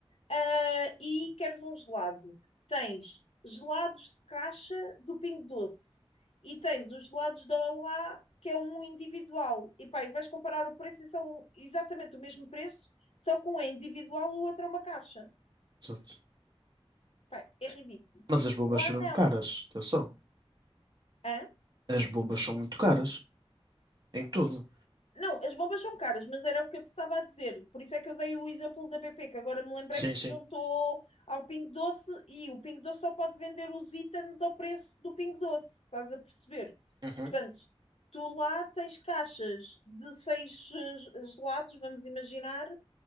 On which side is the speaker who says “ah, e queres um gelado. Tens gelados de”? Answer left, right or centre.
Left